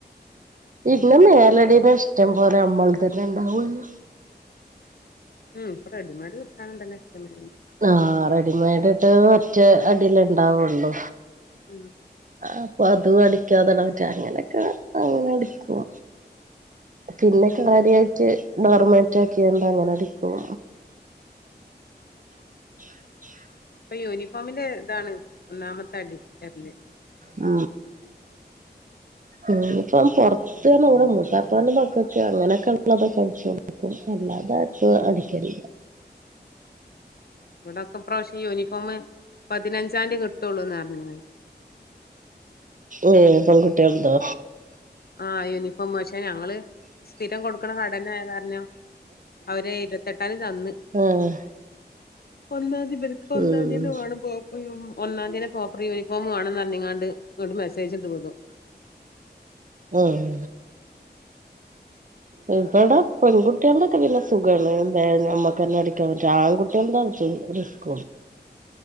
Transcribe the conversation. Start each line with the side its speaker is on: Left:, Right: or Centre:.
Right: ഇന്ന മേലടനെ ഇഷ്ടം പോലെ അമ്മൾ തന്നെ ഇണ്ടാവൂല്ല
Left: ഉം ഇപ്പൊ റെഡ മാി വിടുത്താനണ്ട നെ എഷ്ടമെ
Right: ആഹ റെഡിമെയഡ് ഇട്ട് മറ്റേ അടിൽ ഇണ്ടാവുള്ളു
Left: ഉം
Right: ആ അപ്പൊ അതും അടിക്കാതട പറ്റ അങ്ങനെയൊക്കെ അങ്ങനെ അടിക്കും പിന്നെ കാര്യായിട്ട് നോർമേറ്റ ആക്കിയണ്ട് അങ്ങനെടക്കും
Left: <inaudible>
Right: ഉ
Left: ഇപ്പൊ യൂണിഫോമിന്റെ ഇതാണ് ഒന്നാമത്തെ അടി എറില്
Right: ഉ
Left: ഉ
Right: ഇനി ഇപ്പ പുറത്തന്ന അവിടെ മൂക്കാപ്പാണ്ട് മക്കക്കെ അങ്ങനെയൊക്കെ ഉള്ളതൊക്കെ അളിച്ചു കൊടുക്കുംല്ലാ അതായിട്ടും അടിക്കില്ല
Left: ഇവിടൊക്കെ പ്രാവശേ യൂണിഫോം പതിനഞ്ചാംീയ കിട്ടുള്ളൂന്ന് പറഞ്ഞിുന്നത്
Right: ഏ പെൺകുട്ടിയാവതോ
Left: ആഹ യൂണിഫോം വശാ ഞങ്ങള് സ്ഥിരം കൊടുക്കണ കടന ആ കാരഞ്ഞോ അവര് ഇരുപത്തെ എട്ടന് തന്ന്
Right: ആഹ്
Left: ഒന്നാംതി പർക്ക് ഒന്നാംന്നെ
Right: ഉം
Left: വണ പോയും ഒന്നാം തീയെ പ്രോപ്പർ യൂണിഫോം വേണംന്ന്ഞ്ഞ ഇങ്ങാണ്ട് ഇങ്ങോട്ട് മെസ്സേജ്ണ്ട് പോതുും
Right: ഉം ഉ ഇവിടെ പെൺകുട്ടികൾൊക്കെ പിന്നെ സുഖമാണ്ഞമ്മുക്ക്ന്നെ അടിക്കാൻ പറ്റ ആൺകട്ടികൾാണ് സുഖം റിസ്ക